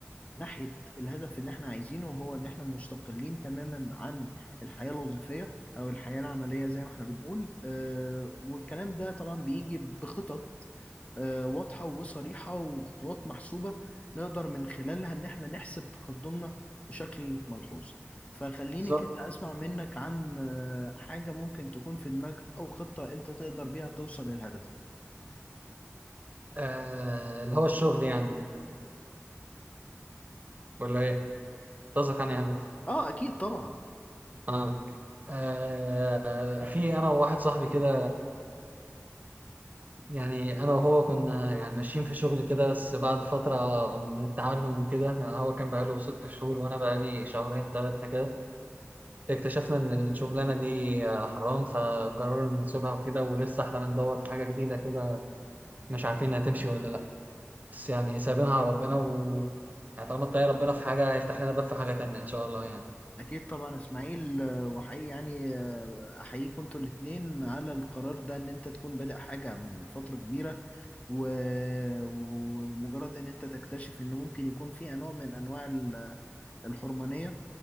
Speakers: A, on the left (about 25°); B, on the right (about 35°).
A: ناحية الهدف اللي احنا عايزينه هو ان احنا مستقلين تماما عن الحياة الوظيفية او الحياة العملية زي ما احنا بنقول آه، والكلام ده طبعا بيجي بخطط آه، واضحة وصريحة وخطوات محسوبة نقدر من خلالها ان احنا نحسب تقدمنا بشكل ملحوظ فخليني
B: بالظبط
A: كده اسمع منك عن آه، حاجة ممكن تكون في دماغك او خطة انت تقدر بيها توصل للهدف ده
B: آه اللي هو الشغل يعني ولا إيه؟ قصدك عن هدف
A: اه اكيد طبعا
B: اه آه، في انا وواحد صاحبي كده يعني انا وهو كنا يعني ماشيين في شغل كده بس بعد فتره من التعلم وكده هو كان بقاله ست شهور وانا بقالي شهرين ثلاثه كده اكتشفنا ان الشغلانه دي آه، حرام فقررنا نسيبها وكده ولسه احنا بندور في حاجه جديده كده مش عارفين هتمشي ولا لا بس يعني سايبينها على ربنا و يعني طالما اتقي ربنا في حاجه هيفتح لنا باب في حاجه تانية ان شاء الله يعني
A: أكيد طبعا إسماعيل آه، وحقيقي يعني آه، أحييكم أنتوا الاتنين على القرار ده إن أنت تكون بادئ حاجة من فترة كبيرة و- و- ومجرد إن أنت تكتشف إن ممكن يكون فيها نوع من أنواع ال- الحرمانية